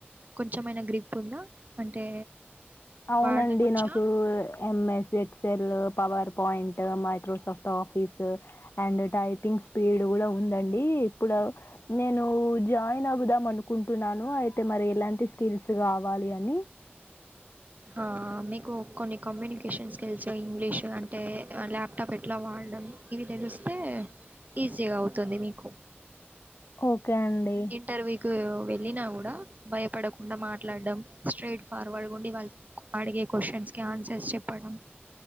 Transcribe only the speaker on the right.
కొంచం అయినా గ్రిప్ ఉందా అంటే
వాడడం వచ్చా
ఆహా మీకు కొన్ని కమ్యూనికేషన్ స్కిల్స్ ఇంగ్లీషు అంటే ల్యాప్టాప్ ఎట్లా వాడడం ఇవి తెలిస్తే ఈజీగా అవుతుంది మీకు
ఇంటర్వ్యూకి వె వెళ్ళిన కూడా భయపడకుండా మాట్లాడడండం స్ట్రేట్ ఫార్వర్డ్ ఉండి వాళ్ళు అడిగే క్వశ్చన్స్కి ఆన్సర్స్ చెప్పడం